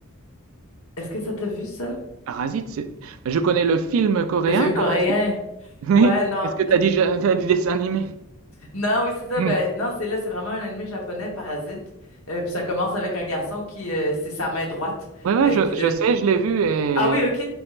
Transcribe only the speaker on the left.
Est-ce que ça t'a vu ça?
Le film coréen?
Ouais, non.
Non, oui, c'est ça.
Ben, non, c'est là, c'est vraiment un anime japonais, Parasite. Euh, puis ça commence avec un garçon qui, euh, c'est sa main droite,
euh,
qui
de...
Ah oui, OK.